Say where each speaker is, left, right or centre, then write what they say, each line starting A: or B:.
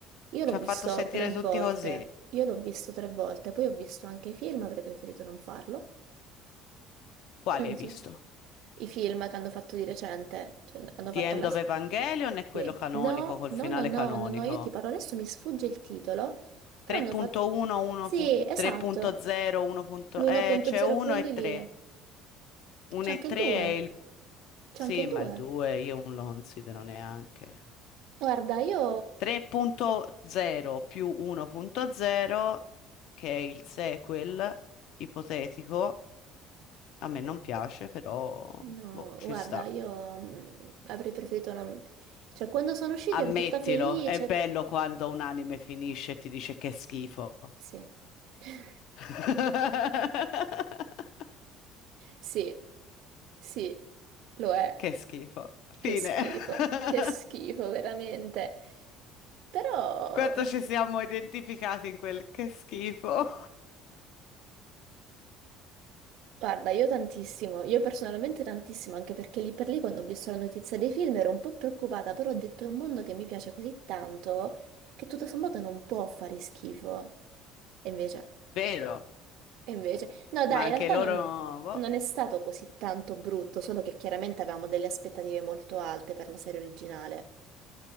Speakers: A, on the right; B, on the left.
A: io
B: ci
A: l'ho
B: ha
A: visto
B: fatto sentire
A: tre volte,
B: tutti così.
A: io l'ho visto tre volte, poi ho visto anche i film, avrei preferito non farlo.
B: Quali
A: Non
B: hai visto?
A: so. I film che hanno fatto di recente, cioè, hanno
B: The
A: fatto
B: End
A: la...
B: of
A: se-
B: Evangelion è quello
A: Sì.
B: canonico,
A: No,
B: col
A: no,
B: finale
A: no, no,
B: canonico.
A: no, no, io ti parlo adesso, mi sfugge il titolo, però
B: 3.1,
A: hanno fatto...
B: 1
A: Sì,
B: pun-
A: esatto,
B: 3.0, 1. punto-
A: l'1.0
B: Eh, c'è 1
A: quelli
B: e 3.
A: lì,
B: 1
A: c'è
B: e
A: anche
B: 3
A: il 2,
B: è il...
A: c'è
B: Sì,
A: anche il 2.
B: ma il 2 io non lo considero neanche.
A: Guarda, io...
B: 3.0 più 1.0, che è il sequel ipotetico, a me non piace, però
A: No,
B: boh, ci
A: guarda,
B: sta.
A: io mm, avrei preferito non... Cioè, quando sono usciti
B: Ammettilo,
A: ero tutta felice,
B: è bello
A: per-
B: quando un anime finisce e ti dice che è schifo.
A: Sì. <laughs>
B: <laughs>
A: Sì, sì, lo è.
B: Che schifo. Fine.
A: Che schifo,
B: <laughs>
A: che schifo, veramente. Però,
B: Quanto ci siamo identificati in quel che schifo.
A: guarda, io tantissimo, io personalmente tantissimo, anche perché lì per lì quando ho visto la notizia dei film ero un po' preoccupata, però ho detto è un mondo che mi piace così tanto che tutto sommato non può fare schifo. E invece,
B: <laughs> Vero,
A: e invece, no, dai,
B: ma anche
A: in realtà
B: loro,
A: non,
B: boh,
A: non è stato così tanto brutto, solo che chiaramente avevamo delle aspettative molto alte per la serie originale.